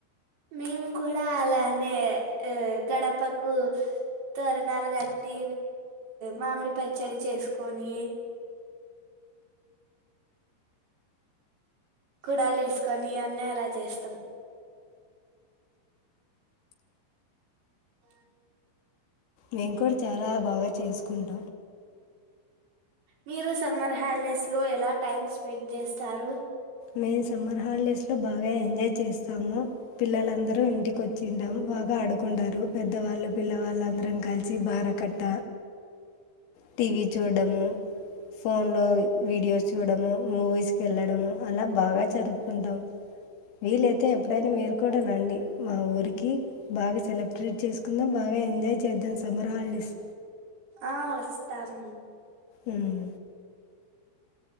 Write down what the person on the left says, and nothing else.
మెంకూడా చాలా బాగా చేసుకో. కుండ.
మేము సమ్మర్ హాలిడేస్ లో బాగా ఎంజాయ్ చేస్తాము పిల్లలందరూ ఇంటికి వచ్చింటామ్ బాగా అడు. కుంటారు పెద్దవాళ్ళు పిల్లవాళ్ళు అందరం కలిసి బార కట్ట. టీవీ చూడ్డము ఫోన్ లో వీడియో చూడము మూవీస్కెళ్ళడము. అలా బాగా జరుపుకుంటాం. వీలైతే ఎప్పుడైనా మీరు కూడా రండి మా ఊరికి బాగా సెలబ్రేట్ చేసుకుందాం బాగా ఎంజాయ్ చేద్దాం. Summer holidays.
ఉమ్